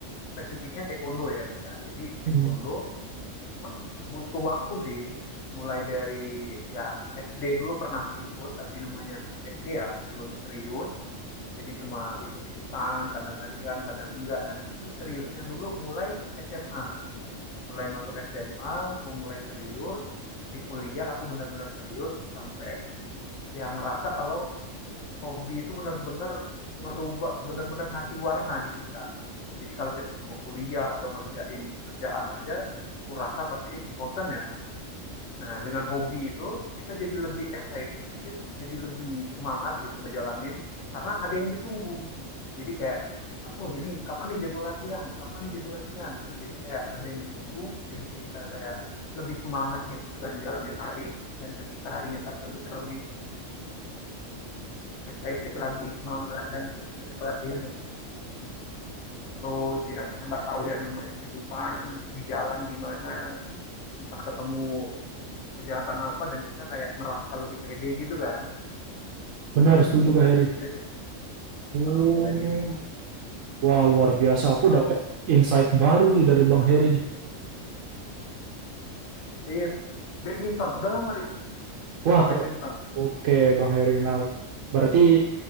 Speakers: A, on the left; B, on the right.
A: spesifiknya taekwondo ya Haris ya. Jadi taekwondo
B: Hmm,
A: emang butuh waktu sih mulai dari ya SD dulu pernah ikut tapi namanya anak SD ya belum serius jadi cuma ikut-ikutan kadang latihan kadang enggak nah itu seriusnya dulu mulai SMA mulai masuk SMA aku mulai serius di kuliah aku benar-benar serius sampai yang ngerasa kalau hobi itu benar-benar ngerubah benar-benar ngasih warna di kita jadi kalau kita cuma kuliah atau ngerjain kerjaan aja aku rasa pasti bosen ya Nah, dengan hobi itu kita jadi lebih excited, jadi lebih semangat gitu ngejalanin karena ada yang ditunggu. Jadi kayak oh ini kapan nih jadwal latihan? Kapan nih jadwal latihan? Jadi kayak ada yang ditunggu, jadi kayak kita kayak lebih semangat gitu kan jalanin hari dan ketika harinya datang kita lebih excited lagi semangat dan ketika kita latihan terus ya kita nggak tahu yang namanya kehidupan di jalan gimana entah ketemu kejahatan apa dan kita kayak ngerasa lebih pede gitu kan
B: benar, setuju Kak Heri.
A: itu sih
B: Oh,
A: kalau bela diri.
B: wah luar biasa. Aku
A: Kalau
B: dapat insight baru nih dari Bang Heri nih.
A: iya badminton, udah lama Riz suka
B: Wah, kalau
A: badminton.
B: oke Bang Heri. Nah, berarti